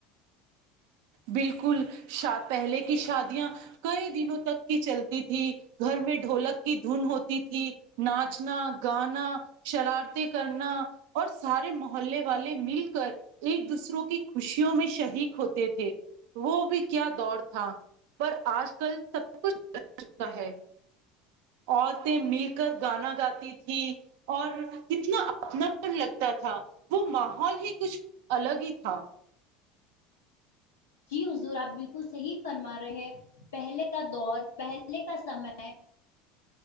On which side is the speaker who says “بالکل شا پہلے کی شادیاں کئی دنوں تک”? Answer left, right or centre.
Right